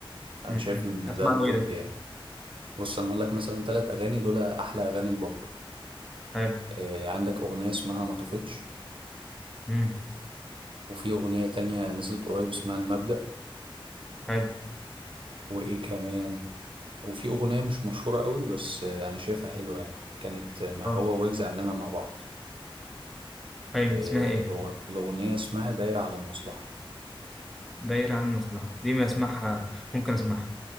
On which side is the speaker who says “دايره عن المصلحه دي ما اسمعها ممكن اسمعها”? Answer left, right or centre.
Centre